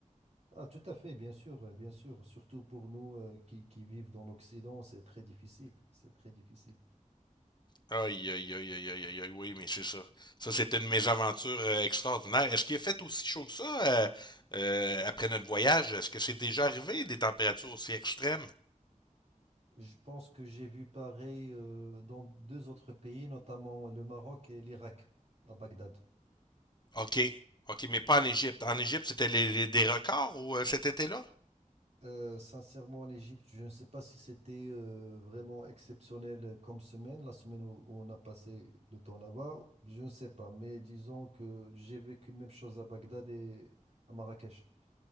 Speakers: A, on the right; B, on the left.
A: Ah, tout à fait, bien sûr, euh, bien sûr. Surtout pour nous euh, qui, qui vivent dans l'Occident, c'est très difficile. C'est très difficile.
B: Aïe, aïe, aïe, aïe, aïe, aïe, aïe, oui, mais c'est ça. Ça, c'était une mésaventure euh, extraordinaire. Est-ce qu'il a fait aussi chaud que ça euh, euh, après notre voyage? Est-ce que c'est déjà arrivé des températures aussi extrêmes?
A: Je pense que j'ai vu pareil euh, dans deux autres pays, notamment le Maroc et l'Irak, à Bagdad.
B: OK, OK, mais pas en Égypte. En Égypte, c'était les, les- des records ou euh, cet été-là?
A: Euh, sincèrement, l'Égypte, je ne sais pas si c'était euh, vraiment exceptionnel comme semaine, la semaine où, où on a passé le temps là-bas, je ne sais pas. Mais disons que j'ai vécu même chose à Bagdad et à Marrakech.